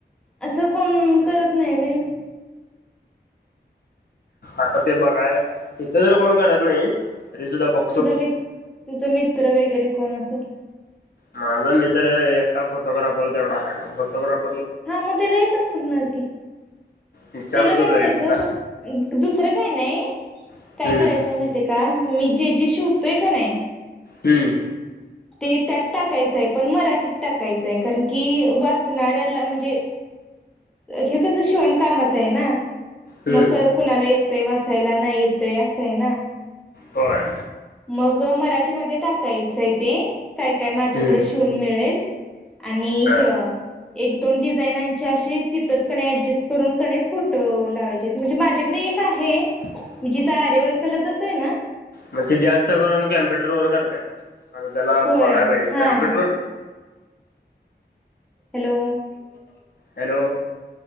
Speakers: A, in the centre; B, on the left.
A: असं कोण करत नाही व्हय
B: आता ते बघाय इथं तर कोण करत नाही तरी सुद्धा बघ
A: तुझं मित तुझं मित्र वगैरे कोण असं
B: माझा मित्र एकटा फोटोग्राफर तेवढा आहे बघ फोटोग्राफ
A: हा मग त्याला येत असल ना की
B: विचारत
A: त्याला
B: होतो
A: काय
B: तरी
A: म्हणायचं
B: सुद्धा
A: फक् दुसरं काय नाही
B: हम्म
A: काय करायचंय माहि माहितीये का मी जेजे शिवतोय का नाही
B: हम्म
A: ते त्यात टाकायचंय पण मराठीत टाकायचंय कारण की वाचणाऱ्याला म्हणजे हे कसं शिवण कामाच आहे ना
B: हम्म
A: मग कुणाला येतंय वाचायला नाही येतंय असंय ना
B: होय
A: मग मराठीमध्ये टाकायचंय ते काय काय माझ्याकडे
B: हम्म
A: शिवून मिळेल आणि
B: हा.
A: हे एक दोन डिझाईनांचे अशी तिथंच कनी ऍडजस्ट करून कनी फोटो लावायच म्हणजे माझ्याकडे एक आहे
B: <unintelligible>
A: मी जिथं आरी वर्कला जातोय ना
B: मग ते जास्त करून कॅम्प्युटर वर करत्यात आता त्याला
A: होय
B: बघाय पाहिजे
A: हा
B: कॉम्प्युटर
A: हॅलो
B: हॅलो